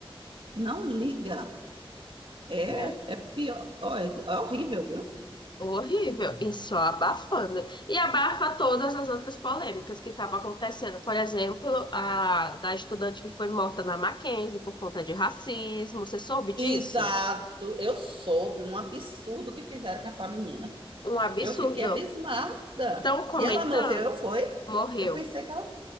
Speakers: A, on the right; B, on the left.
A: não, não liga. É,
B: né?
A: é pior, ó, é, é horrível, viu?
B: Horrível, e só abafando. E abafa todas as outras polêmicas que estavam acontecendo. Por exemplo, a da estudante que foi morta na Mackenzie por conta de racismo. Você soube disso?
A: Exato, eu soube um absurdo que fizeram com essa menina.
B: Um absurdo.
A: Eu fiquei abismada.
B: Estão comentando?
A: E ela morreu, foi?
B: Morreu,
A: Eu pensei que ela.